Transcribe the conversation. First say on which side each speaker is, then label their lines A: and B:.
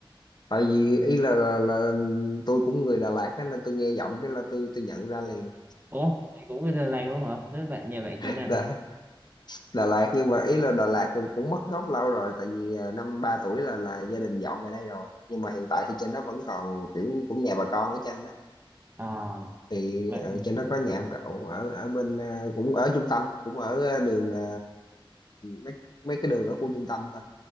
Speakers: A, on the left (about 50°); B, on the right (about 20°).
A: tại vì ý là, là là tôi cũng người Đà Lạt á nên tôi nghe giọng cái là tôi tôi nhận ra liền
B: Ủa mày cũng đi Đà Lạt luôn hả thế bạn nhà bạn
A: <laughs>
B: chỗ nào
A: là Đà Lạt nhưng mà ý là Đà Lạt cũng, cũng mất gốc lâu rồi tại vì à, năm 3 tuổi là là gia đình dọn về đây rồi nhưng mà hiện tại thì trên đó vẫn còn kiểu như cũng nhà bà con ở trên đó
B: à,
A: thì
B: à
A: ờ, trên đó có nhà ông cậu ở ở bên ờ, cũng ở trung tâm cũng ở ờ, đường ờ, mấy mấy cái đường ở khu trung tâm thôi